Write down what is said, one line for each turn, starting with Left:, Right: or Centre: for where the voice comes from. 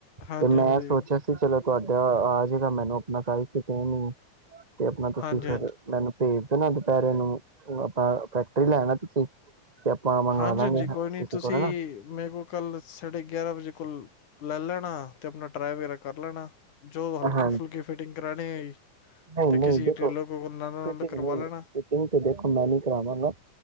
Left: ਹਾਂਜੀ
Right: ਤੇ
Left: ਹਾਂਜੀ
Right: ਮੈਂ ਸੋਚਿਆ ਸੀ ਚਲੋ ਤੁਹਾਡਾ ਆ ਜੇਗਾ ਮੈਨੂੰ ਆਪਣਾ ਕ ਨ ਤੇ ਆਪਣਾ
Left: ਹਾਂਜੀ
Right: ਤੁਸੀਂ ਫੇਿਰ
Left: ਹਾਂਜੀ
Right: ਮੈਨੂੰ ਭੇਜ ਨਾ ਦੁਪਹਿਰੇ ਨੂੰ ਆਪਾਂ ਫੈਕਟਰੀ ਲੈਣਾ ਤੁਸੀਂ ਤੇ ਆਪਾਂ ਮੰਗਵਾ
Left: ਹਾਂਜੀ
Right: ਦਾਂਗੇ
Left: ਹਾਂਜੀ ਕੋਈ ਨਹੀਂ
Right: ਕਿਸੇ
Left: ਤੁਸੀਂ
Right: ਕੋਲ ਨਾ
Left: ਮੇਰੇ ਕੋਲ ਕੱਲ ਸਾਢੇ ਗਿਆਰਾਂ ਵਜੇ ਕੋਲ ਲੈ ਲੈਣਾ ਅਤੇ ਆਪਣਾ ਟਰਾਏ ਵਗੈਰਾ ਕਰ ਲੈਣਾ ਜੋ ਹਲਕੀ
Right: ਹਾਂਜੀ
Left: ਫੁਲਕੀ ਫਿਟਿੰਗ <unintelligible>
Right: ਨਹੀਂ
Left: ਤੇ ਕਿਸੇ
Right: ਨਹੀਂ ਦੇਖੋ
Left: ਟੇਲਰ ਕੋਲ ਨਾਲ ਨਾਲ
Right: ਫਿਟਿੰਗ
Left: ਕਰਵਾ
Right: ਨਹੀਂ
Left: ਲੈਣਾ
Right: ਫਿਟਿੰਗ ਤੇ ਦੇਖੋ ਮੈਂ ਨਹੀਂ ਕਰਾਵਾਂਗਾ